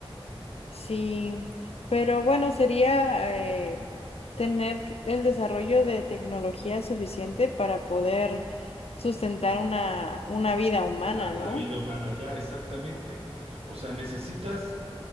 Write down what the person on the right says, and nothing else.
Y
La,
la vida humana ya, exactamente. O sea, necesitas,